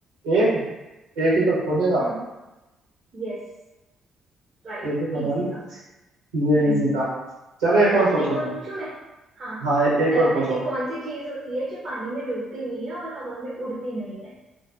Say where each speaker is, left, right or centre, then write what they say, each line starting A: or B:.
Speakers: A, on the right (about 80°); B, on the right (about 45°).
A: एक एक ही तो खोदेगा
B: हम्म यस राइट
A: एक ही खोदेगा
B: इजी
A: ना
B: था
A: ये
B: हम्म
A: इजी था चलो एक
B: अच्छा
A: और
B: एक
A: पूछो
B: और
A: तुम
B: पूछूं मैं हाँ
A: हाँ ए- एक
B: अ,
A: और
B: ऐसी
A: पूछो
B: कौन सी चीज होती है जो पानी में डूबती नहीं है और हवा में उड़ती नहीं है